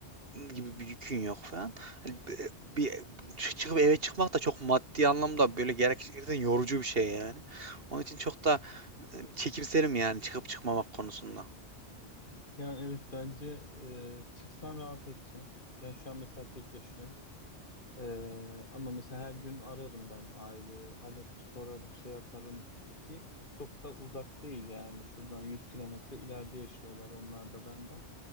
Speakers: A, on the right; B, on the left.
A: gibi bir yükün yok falan. Hani bir bir çıkıp eve çıkmak da çok maddi anlamda böyle gerçekten yorucu bir şey yani. Onun için çok da e, çekimserim yani çıkıp çıkmamak konusunda.
B: Ya evet bence e, çıksan rahat edeceksin. Ben şu an mesela tek yaşıyorum. Ee, ama mesela her gün ararım ben aileyi, hal hatır sorarım, şey yaparım ki çok da uzak değil yani. Şuradan 100 kilometre ileride yaşıyorlar onlar da benden.